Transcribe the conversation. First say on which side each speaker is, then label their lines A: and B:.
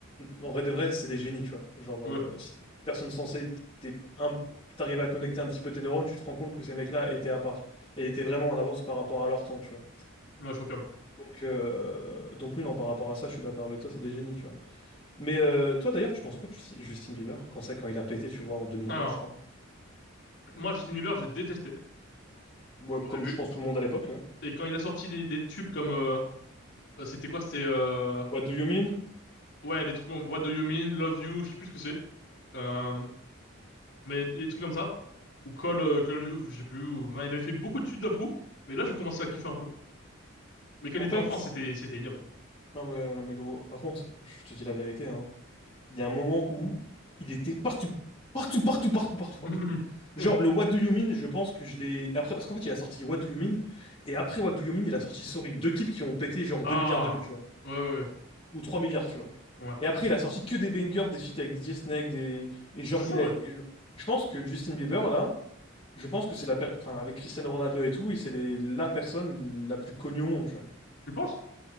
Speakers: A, on the left; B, on the left.
A: en vrai de vrai, c'est des génies, tu vois. Genre,
B: Ouais,
A: euh, si t'es une personne censée, t'es un... t'arrives à connecter un petit peu tes neurones, tu te rends compte que ces mecs-là étaient à part, et étaient vraiment en avance par rapport à leur temps, tu vois.
B: ouais, je confirme.
A: Donc, euh, donc oui, non, par rapport à ça, je suis d'accord avec toi, c'est des génies, tu vois. Mais euh, toi d'ailleurs, tu penses quoi de Justi- Justin Bieber? Quand c'est quand il a pété, tu vois, en 2011,
B: Alors,
A: je crois.
B: moi, Justin Bieber, j'ai détesté
A: Ouais,
B: au
A: comme
B: début.
A: je pense tout le monde à l'époque, ouais.
B: Et quand il a sorti des, des tubes comme... euh, euh, c'était quoi? C'était... euh,
A: What do you mean?
B: ouais, des trucs comme What Do You Mean, Love You, je sais plus ce que c'est. Euh, mais des trucs comme ça. Ou Call, euh, Call You, je sais plus. ou- ben, il avait fait beaucoup de tubes d'un coup. Mais là, j'ai commencé à kiffer un peu. Mais quand
A: En
B: il était
A: fait,
B: enfant, c'était c'était ignoble.
A: non mais, non mais gros, par contre, je te dis la vérité, hein. Il y a un moment où il était partout. Partout, partout, partout, partout,
B: <laughs>
A: partout. Genre, le What do you mean, je pense que je l'ai... Après, parce qu'en fait, il a sorti What do you mean, et après What do you mean, il a sorti Sorry. Deux clips qui ont pété genre deux
B: Ah!
A: milliards de vues, tu vois.
B: Ouais, ouais,
A: Ou 3 milliards, tu vois.
B: ouais. Ouais.
A: Et après, il a sorti que des bangers, des feats avec DJ Snake, des... Et genre,
B: C'est ça,
A: il
B: ouais.
A: a... et je je pense que Justin Bieber, là... Je pense que c'est la per- enfin, avec Cristiano Ronaldo et tout, il c'est les- la personne la plus connue au monde, tu vois.
B: Tu penses?